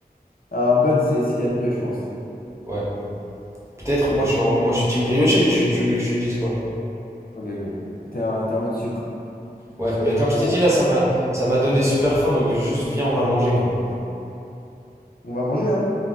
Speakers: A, on the left (about 65°); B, on the right (about 15°).
A: un bun, c'est ce qu'il y a de mieux, je pense.
B: ouais. Peut-être,
A: Ok,
B: moi, je suis en- moi, je suis team brioché. Tu, tu veux que je te dise quoi?
A: ok, ok. T'es un- t'es en mode sucre.
B: Ouais,
A: Sucré.
B: mais comme je t'ai dit, là, ça m'a ça m'a donné super faim, donc juste viens, on va manger, quoi.
A: On va manger, hein.